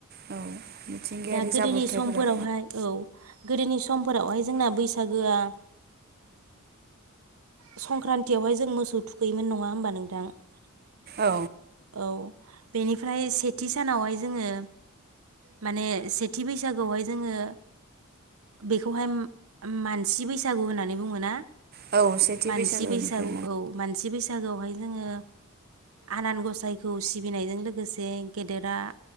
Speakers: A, on the right; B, on the right.
A: औ मिथिंगायारि
B: दा गोदोनि
A: जाब्रबथायफोरा
B: समफोरावहाय औ। गोदोनि समफोरावहाय जोंना बैसागोआ संक्रांन्तियावहाय जों मोसौ थुखैयोमोन नङा। औ होमबा नोंथां
A: औ
B: औ। बेनिफ्राय सेथि सानावहाय। जोङो माने सेथि बैसागुआवहाय जोङो बेखौहाय मानसि बैसागु होननानै बुङोना।
A: औ सेथि
B: मानसि
A: बैसागोनिफ्राय
B: बैसागु औ मानसि बैसागुआवहाय। जोङो आनान गसायखौ सिबिनायजों लोगोसे गेदेरा।